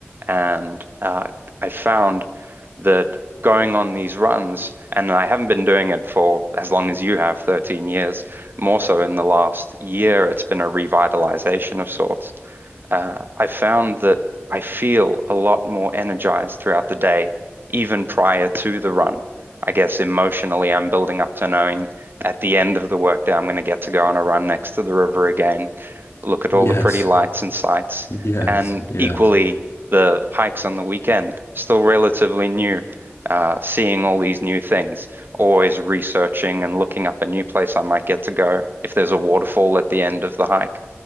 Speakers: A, on the right; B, on the left.
A: And uh, I found that going on these runs, and I haven't been doing it for as long as you have, 13 years. More so in the last year, it's been a revitalization of sorts. Uh, I found that I feel a lot more energized throughout the day, even prior to the run. I guess emotionally, I'm building up to knowing at the end of the workday, I'm going to get to go on a run next to the river again, look at all the
B: Yes,
A: pretty lights and sights,
B: yes,
A: and
B: yes.
A: equally, the hikes on the weekend, still relatively new uh, seeing all these new things, always researching and looking up a new place I might get to go, if there's a waterfall at the end of the hike,